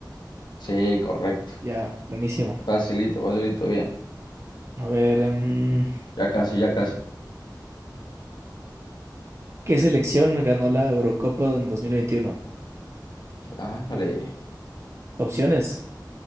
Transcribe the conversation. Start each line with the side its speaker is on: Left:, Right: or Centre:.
Left: Sí, correcto.
Right: Ya, buenísimo.
Left: Facilito, facilito, bien.
Right: A ver, em,
Left: Ya casi, ya casi.
Right: ¿qué selección ganó la Eurocopa en dos mil veintiuno
Left: Ájale.
Right: Opciones.